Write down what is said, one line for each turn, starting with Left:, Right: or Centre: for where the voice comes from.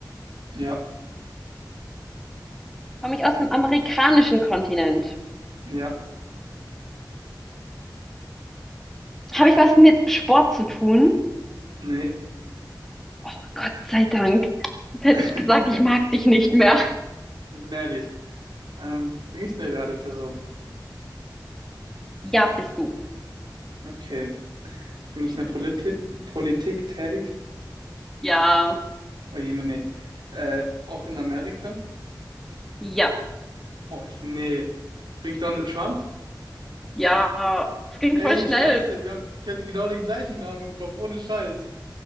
Right: ja,
Centre: Komme ich aus dem amerikanischen Kontinent?
Right: ja,
Centre: Habe ich was mit Sport zu tun?
Right: nee.
Centre: Oh, Gott sei Dank. Sonst hätte
Right: <laughs>
Centre: ich gesagt, ich mag dich nicht mehr.
Right: Bin gnädig. Ähm, bin ich eine Rateperson?
Centre: Ja, bist du.
Right: Okay. Bin ich in der Politik, Politik tätig?
Centre: Ja,
Right: Oh je, nee. Äh, auch in Amerika?
Centre: ja.
Right: Oh nee. Bin ich Donald Trump?
Centre: Ja, es ging
Right: Ey,
Centre: voll schnell.
Right: scheiße, wir haben, ich hatte genau den gleichen Namen im Kopf, ohne Scheiß.